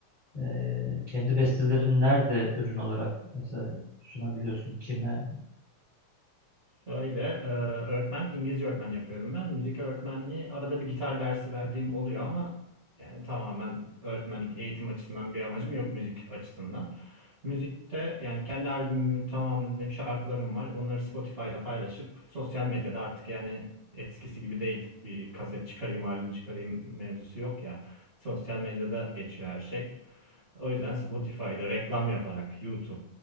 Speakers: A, on the left (about 75°); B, on the right (about 55°).
A: ee, kendi bestelerini nerede ürün olarak mesela sunabiliyorsun kime?
B: Şöyle, e, öğretmenlik İngilizce öğretmen yapıyorum ben. Müzik öğretmenliği arada bir gitar dersi verdiğim oluyor ama yani tamamen öğretmenlik eğitim açısından bir amacım yok müzik açısından. Müzikte yani kendi albümümü tamamlayıp şarkılarım var. Onları Spotify'da paylaşıp sosyal medyada artık yani eskisi gibi değil. Bir kaset çıkarayım, albüm çıkarayım mevzusu yok ya. Sosyal medyada geçiyor her şey. O yüzden Spotify'da reklam yaparak YouTube,